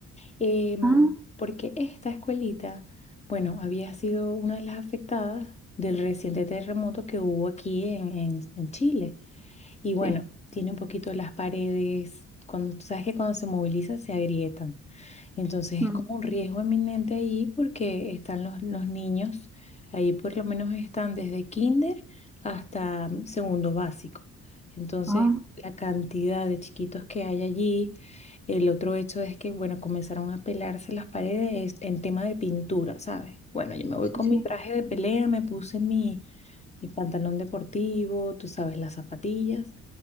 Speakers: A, on the left; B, in the centre.
A: em,
B: Ah,
A: porque esta escuelita, bueno, había sido una de las afectadas del reciente terremoto que hubo aquí en, en en Chile. Y bueno,
B: sí.
A: tiene un poquito las paredes, cuando, tú sabes que cuando se moviliza se agrietan. Entonces
B: Mm.
A: es como un riesgo eminente ahí porque están los, los niños, ahí por lo menos están desde kinder hasta mm, segundo básico. Entonces
B: Ah,
A: la cantidad de chiquitos que hay allí, el otro hecho es que, bueno, comenzaron a pelarse las paredes en tema de pintura, ¿sabes? Bueno, yo me voy
B: sí,
A: con
B: sí,
A: mi traje de pelea, me puse mi, mi pantalón deportivo, tú sabes, las zapatillas